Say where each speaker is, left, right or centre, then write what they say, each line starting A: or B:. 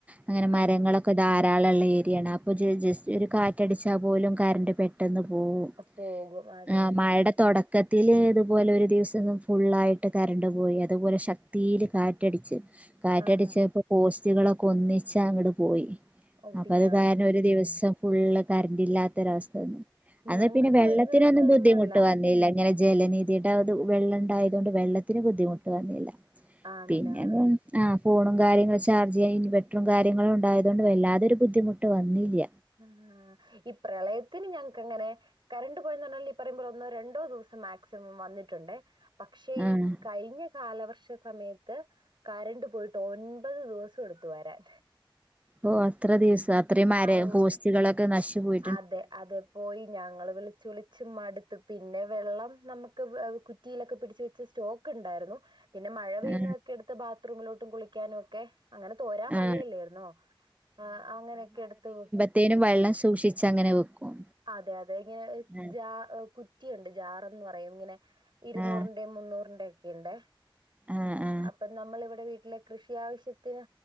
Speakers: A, on the right; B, on the right.
A: അങ്ങനെ മരങ്ങളൊക്കെ
B: ആഹാ
A: ഒക്കെ ധാരാളമുള്ള ഏരിയാണ് അപ്പോൾ ജസ്റ്റ് ഒരു കാറ്റടിച്ചാൽ പോലും കറണ്ട് പെ പെട്ടന്ന് പോകവും
B: അ, പോകും അതെ
A: ആഹ
B: അതെ
A: മഴയുടെ
B: ആ
A: തുടക്കത്തില് ഇതുപോലെ ഒരു ദിവസം ഫുള്ളായിട്ട് കരണ്ട് പോയി അതുപോലെ ശക്തിയിൽ കാറ്റടിച്ച് കാറ്റടിച്ചപ്പോ
B: ആഹാ
A: പോസ്റ്റുകളൊക്കെ ഒന്നിച്ച അങ്ങട് പോയി
B: ഒടിഞ്ഞാ
A: അപ്പ അത് കാരണം ഒരു ദിവസം ഫുള്ള് കറന്റ് ഇല്ലാത്തൊരവസ്ഥ അന്ന്
B: ഞങ്ങൾക്ക്
A: പിന്നെ വെള്ളത്തിനൊന്നും
B: ഒരു ദിവസൊന്നുമല്ല
A: ബുദ്ധിമുട്ട് വന്നില്ല ഇങ്ങനെ ജലനീതിയുടെ അത് വെള്ളം ഉണ്ടായത കൊണ്ട് വെള്ളത്തിന് ബുദ്ധിമുട്ട് വന്നില്ല
B: ആണല്ലേ
A: പിന്നെ
B: ആഹാ
A: ആഹ ഫോണും കാര്യങ്ങളും ചാർജ് ചെയ്യാൻ ഇൻവെട്രും കാര്യങ്ങളും ഉണ്ടായതത് കൊണ്ട് വല്ലാതൊരു ബുദ്ധിമുട്ട് വന്നില്ല
B: ആഹ ഈ പ്രളയത്തിന് ഞങ്ങക്ക് അങ്ങനെ കരണ്ട് പോയെന്ന് പറഞ്ഞാൽ ഈ പറയുമ്പോൾ ഒന്നോ രണ്ടോ ദിവസം മാക്സിമം വന്നിട്ടുണ്ട് പക്ഷേ ഈ
A: ആഹ്
B: കഴിഞ്ഞ കാലവർഷ സമയത്ത് കരണ്ട് പോയിട്ട് ഒൻപത് ദിവസം എടുത്ത വരാൻ
A: ഓഹ അത്ര
B: ഒൻ-
A: ദിവസം അത്രയും മര
B: ആ ഓ
A: പോസ്റ്റികുകളളൊക്കെ നശിപോയി
B: അതെ അതെ പോയി ഞങ്ങൾ വിളിച്ചച്ച് വിളിച്ച് മടുത്ത് പിന്നെ വെള്ളം നമുക്ക് കുറ്റിയിലൊക്കെ പിടിച്ച് വെച്ച് സ്റ്റോക്ക് ക്ക്‌ ഉണ്ടായിരുന്നു പിന്നെ മഴ പെയ്യുന്നതൊക്കെ
A: ആ
B: എടുത്ത് ബാത്റൂമിലോട്ടും കുളിക്കാനും ഒക്കെ അങ്ങനെ തോരാ
A: ആ
B: മഴയല്ലോയിരുന്നോ
A: ആ
B: ആഹ അങ്ങനെയൊക്കെ എടുത്ത്
A: എത്തേനും വെള്ളം സൂക്ഷിച്ച അങ്ങനെ വെക്കും
B: അതെ അതെ ഇങ്ങനെ
A: ആ
B: ജാ കുറ്റിയുണ്ട് ജാറന്ന് പറയും ഇങ്ങനെ ഇരുന്നൂറിന്റെയും
A: ആ
B: മുന്നൂറിന്റെ ഒക്കെണ്ടേ
A: ആ ആ
B: അപ്പൊ നമ്മള ഇവിടെ വീട്ടിലെ കൃഷി ആവശ്യത്തിന്